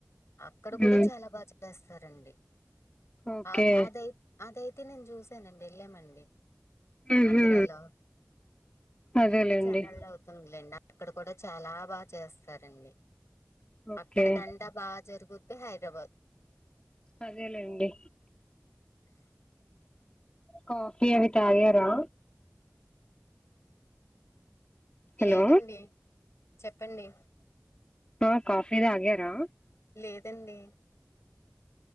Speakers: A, on the left; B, on the left.
A: అక్కడ కూడా
B: ఊ
A: చాలా బా చేస్తారండి
B: ఓకే
A: అ అదై అదై తే నేను చూసానండి లెమన్ వి
B: ఊహు
A: ఆంధ్రాలో అది
B: అదేలేండి
A: కూడా ఛానల్ అవుతుందిలేండి అక్కడ కూడా చాలా బాగా చేస్తారండి
B: ఓకే
A: అక్కడి కంట బాగా జరుగుద్ది హైదరాబాద్
B: అదేలే అండి కాఫీ అవి తాగారా హలో
A: లేదండి చెప్పండి
B: ఆ కాఫీ తాగారా
A: లేదండి